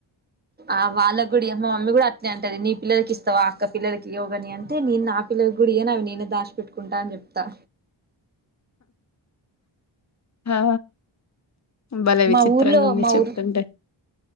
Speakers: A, on the right (about 20°); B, on the left (about 35°).
A: ఆ వాళ్ళ గుడి మా మమ్మీ కూడా అతనే అంటది నీ పిల్లకి ఇస్తవా అక్క పిల్లలకి యోగని అంటేను నాకు పిల్ల గుడి అని అ నేనే దాచి పెట్టుకుంటా అని చెప్తా
B: ఆ బాలే విచిత్రంగా
A: మా ఊర్లో
B: ఉంది
A: మా
B: చెప్తుంటే
A: ఊరు